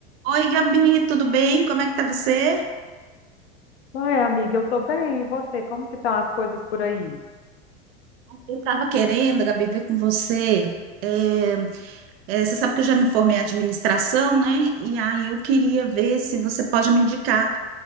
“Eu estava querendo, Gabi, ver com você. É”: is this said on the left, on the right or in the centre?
Right